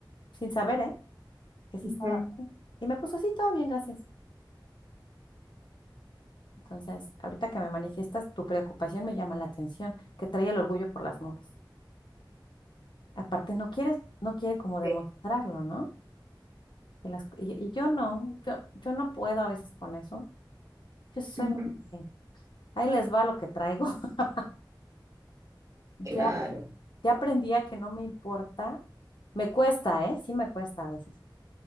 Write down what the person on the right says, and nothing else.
Ujú.
Este,
ujú,
Claro,